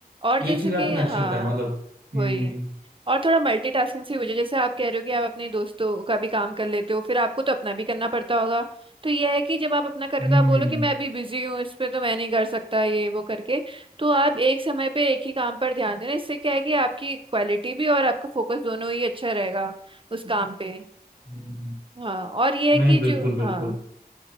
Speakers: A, on the right (about 35°); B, on the right (about 80°).
A: और
B: ये
A: जैसे
B: चीज
A: कि
B: यार तुमने
A: हाँ
B: अच्छी बताई मतलब हम्म
A: वही और थोड़ा मल्टीटास्किंग से हो जाए जैसे आप कह रहे हो कि आप अपने दोस्तों का भी काम कर लेते हो फिर आपको तो अपना भी करना पड़ता होगा तो यह है कि जब आप अपना करो
B: हम्म
A: तो आप बोलो कि मैं अभी बिजी हूँ इस पे तो मैं नहीं कर सकता ये वो करके तो आप एक समय पे एक ही काम पर ध्यान देना इससे क्या है कि आपकी क्वालिटी भी और आपका फोकस दोनों ही अच्छा रहेगा उस काम पे
B: हम्म,
A: हाँ और यह है कि
B: नहीं बिल्कुल
A: जो
B: बिल्कुल
A: हाँ